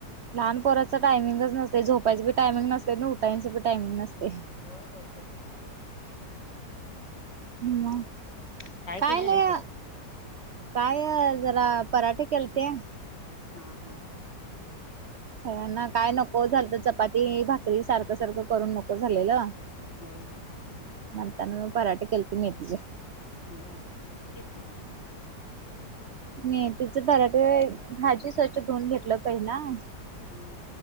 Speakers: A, on the right (about 80°); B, on the left (about 80°).
A: लहान पोराचं टायमिंगच नसते झोपायचं टायमिंग नसते ना उठायचं टायमिंग नसते
B: होय होय तसच होते
A: हम् काय
B: केलेलीस
A: हे
B: आज
A: काय जरा पराठे केलते
B: हा हा
A: सना काय नको झाल तर चपाती भाकरी सारखं सारखं करून नको झालेलं
B: होय होय
A: नंतरन पराठे केलते मेथी चे
B: होय कशी केलतीस
A: मेथी चे पराठे भाजी स्वच्छ धुऊन घेतलं पहिला
B: हम्म